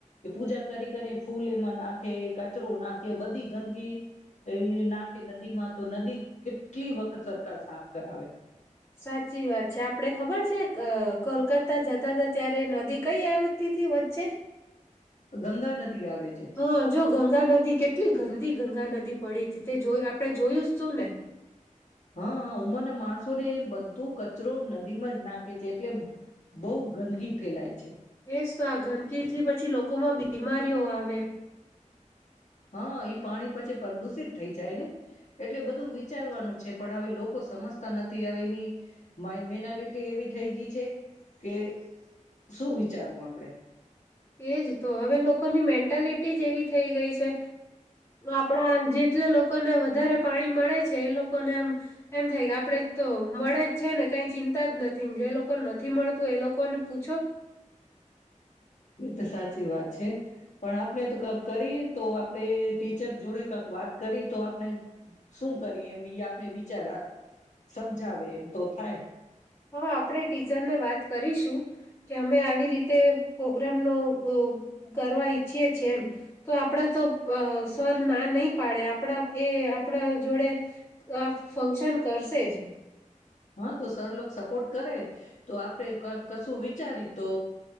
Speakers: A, on the left; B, on the left.
A: એ પૂજા કરી કરી ફૂલ એમાં નાખે કચરો નાખે બધી ગંદકી નાખે નદી માં તો નદી કેટલી વખત સરકાર સાફ કરાવે.
B: સાચી વાત છે. આપડે ખબર છે અ કોલકતા જતા હતા ત્યારે નદી કઈ આવતી તી વચ્ચે?
A: ગંગા નદી આવે છે
B: હા જો ગંગા નદી કેટ કેટલી ગંદી ગંગા નદી પડી તી તે જો આપણે જોયું તું ને.
A: હા ઉમરના માણસો ને બધો કચરો નદીમાં જ નાખે છે એટલે બો ગંદકી ફેલાય છે.
B: એજ તો આ ગંદકીથી પછી લોકોમાં બીમારીઓ આવે.
A: હા ઈ પાણી પછી પ્રદુષિત થઈ જાય ને એટલે બધું વિચારવાનું છે પણ હવે લોકો સમજતા નથી હવે એની માઇ મેનાલિટી એવી થઈ ગઈ છે કે શું વિચારવું આપડે?
B: એજ તો હવે લોકોની મેન્ટ મેનટાલિટી જ એવી થઈ ગઈ છે. આપણા જેટલે લોકોને વધારે પાણી મળે છે એ લોકોને આમ એમ થાય કે આપણે તો મળે જ છે ને કઈ ચિંતા જ નથી જે લોકોને નથી મળતું એ લોકોને પૂછો.
A: એ તો સાચી વાત છે પણ આપણે તો કક કરી તો આપણેે ટીચર જોડે કક વાત કરયે તો આપણે શું કરયે એમ ઈ આપને વિચાર આવ સમજાવે એમ તો થાય.
B: હા આપણે ટીચરને વાત કરીશું. કે અમે આવી રીતે પ્રોગ્રામનો અ કરવા ઈચ્છીએ છીએ એમ તો આપડા તો સર ના નહી પાડે. આપડા એ આપણા જોડે આ ફંક્શન કરશે જ.
A: હા તો સર લોક સપોર્ટ કરે તો આપડે ક કશું વિચારી તો